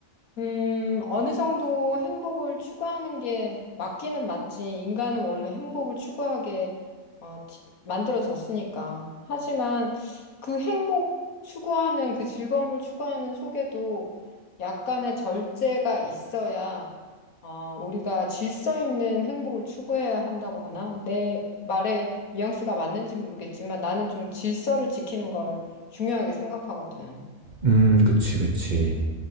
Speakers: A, on the left; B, on the right.
A: 음, 어느 정도 행복을 추구하는 게 맞기는 맞지. 인간은 원래 행복을 추구하게 어, 티- 만들어졌으니까. 하지만 그 행복 추구하는 그 즐거움을 추구하는 속에도 약간의 절제가 있어야 어, 우리가 질서 있는 행복을 추구해야 한다고 하나? 내 말에 뉘앙스가 맞는지 모르겠지만 나는 좀 질서를 지키는 걸 중요하게 생각하거든.
B: 음, 그치, 그치.